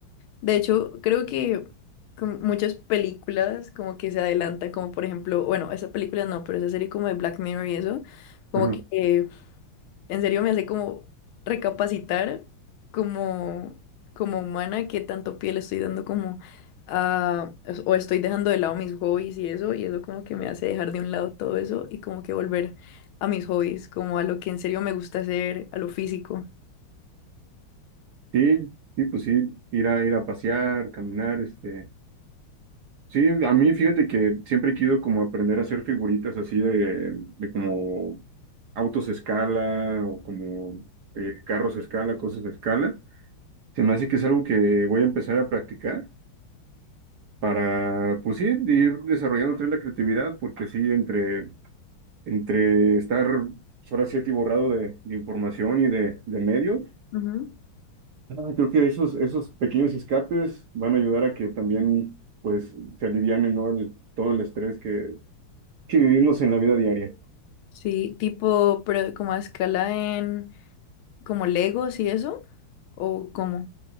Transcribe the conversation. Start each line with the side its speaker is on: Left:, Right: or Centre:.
Left: De hecho, creo que con muchas películas como que se adelantan, como por ejemplo, bueno, esa película no, pero esa serie como de Black Mirror y eso, como
Right: Ajá.
Left: que eh, en serio me hace como recapacitar como, como humana qué tanto pie le estoy dando como a, o estoy dejando de lado mis hobbies y eso, y eso como que me hace dejar de un lado todo eso y como que volver a mis hobbies, como a lo que en serio me gusta hacer, a lo físico.
Right: Sí, sí, pues sí, ir a, ir a pasear, caminar, este. Sí, a mí fíjate que siempre he querido como aprender a hacer figuritas así de, de como autos a escala o como eh, carros a escala, cosas a escala. Se me hace que es algo que voy a empezar a practicar para, pues sí, ir desarrollando otra vez la creatividad, porque sí, entre, entre estar ahora sí atiborrado de, de información y de, de medios,
Left: Ujú.
Right: ah, creo que esos, esos pequeños escapes van a ayudar a que también pues se aliviane, ¿no? el- todo el estrés que que vivimos en la vida diaria.
Left: Sí, tipo, pero como a escala en... como Legos y eso? ¿O cómo?